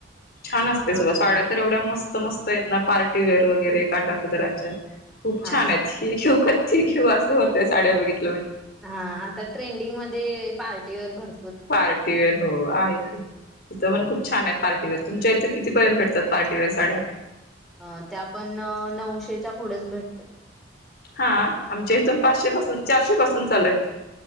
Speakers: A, on the left; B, in the centre.
A: छान असते
B: हा
A: साड्या तर एवढ्या मस्त मस्त मस्त आहेत ना पार्टीवेअर वगैरे, काटा पदराच्या खूप
B: हा
A: छान
B: हा
A: आहेत ठीक आहे बास होतेय साड्या बगैित
B: हा आता ट्रेंडिंग मध्ये पार्ट र भर
A: पार्टी वेअर हो आहे की तिं पण
B: हो.
A: खूप छान आहेत पार्टीवर तुमच्या इथं कितीपर्यंत भेटतात पार्टीवेअर साड्या
B: अ त्या पण नऊशेच्या पुढेच भेटत
A: हा आमच्या इथून पाचशे पासून चारशे पासून चालय